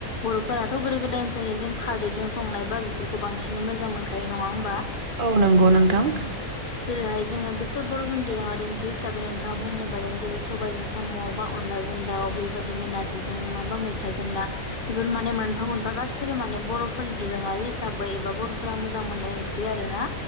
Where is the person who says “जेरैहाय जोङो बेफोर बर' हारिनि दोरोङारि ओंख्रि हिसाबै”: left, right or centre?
Left